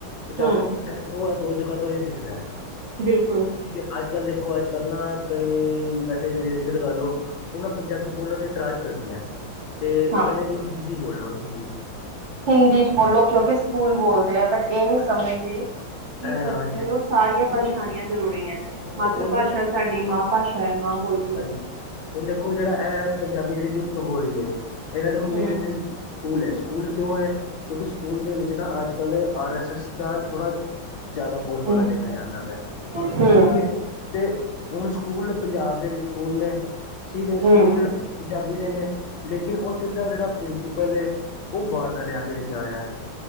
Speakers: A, on the left (about 65°); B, on the right (about 80°).
A: ਪਚਾਨਵੇਂ
B: ਹੂੰ,
A: ਦੋ ਜਗ੍ਹਾ ਤੋਂ ਹੀ ਸਿੱਖਦਾ ਐ,
B: ਬਿਲਕੁਲ
A: ਠੀਕ ਅੱਜ ਕੱਲ੍ਹ ਦੇ ਦੇਖੋ ਅੱਜ ਕੱਲ੍ਹ ਨਾ ਕਈ ਵੈਸੇ ਲੇਡੀਜ਼ ਲਗਾ ਲੋ, ਉਹ ਨਾ ਪੰਜਾਬੀ ਬੋਲਣ ਤੇ ਇਤਰਾਜ਼ ਕਰਦੀਆਂ ਹੈ। ਤੇ ਉਹ
B: ਹਾਂ।
A: ਕਹਿੰਦੇ ਬ ਹਿੰਦੀ ਬੋਲੋ ਹਿੰਦੀ
B: ਹਿੰਦੀ ਚ ਬੋਲੋ ਕਿਉਂਕਿ ਸਕੂਲ ਬੋਲਦੇ ਆ, ਬਟ ਇਹ ਨਹੀਂ ਸਮਝਦੇ
A: ਹਾਂਜੀ
B: ਕਿ
A: ਹਾਂਜੀ
B: ਬੱਚੇ ਨੂੰ ਸਾਰੀਆਂ ਭਾਸ਼ਾਂ
A: ਨਹੀਂ
B: ਆਊਣੀਆਂ ਜ਼ਰੂਰੀਆਂ ਐ,
A: ਹੁਣ
B: ਮਾਤਰ
A: ਤੇ ਬੋਲਦੇ
B: ਭਾਸ਼ਾ ਸਾਡੀ ਮਾਂ ਭਾਸ਼ਾ ਹੈ ਮਾਂ ਬੋਲਦੀ
A: ਹਾਂਜੀ
B: ਹੈ।
A: ਹੁਣ ਦੇਖੋ ਜਿਹੜਾ ਇਹ ਪੰਜਾਬੀ ਜਿਹੜੀ ਲੁਪਤ ਹੋ ਰਹੀ ਹੈ, ਇਹਨਾਂ ਦੇਖੋ ਮੇਨ
B: ਹੂੰ,
A: ਸਕੂਲ ਹੈ। ਸਕੂਲ ਕਿਉਂ ਹੈ, ਕਿਉਂਕਿ ਸਕੂਲ ਦੇ ਵਿੱਚ ਨਾ ਅੱਜ ਕੱਲ੍ਹ ਆਰ ਐਸ ਐਸ ਦਾ ਥੋੜ੍ਹਾ ਜ਼ਿਆਦਾ ਬੋਲਬਾਲਾ
B: ਹੂੰ,
A: ਦੇਖਿਆ ਜਾਂਦਾ ਪਯਾ
B: ਹੂੰ,
A: ਠੀਕ ਹੈ, ਤੇ ਹੁਣ ਸਕੂਲ ਪੰਜਾਬ ਦੇ ਵੀ ਸਕੂਲ ਨੇ, ਠੀਕ ਹੈ
B: ਹੂੰ,
A: ਸਕੂਲ ਪੰਜਾਬੀ ਦੇ ਨੇ ਲੇਕਿਨ ਉੱਥੇ ਦਾ ਜਿਹੜਾ ਪ੍ਰਿੰਸੀਪਲ ਏ, ਉਹ ਬਾਹਰ ਦਾ ਲਿਆ ਕੇ ਰੱਖਿਆ ਹੋਇਆ ਹੈ।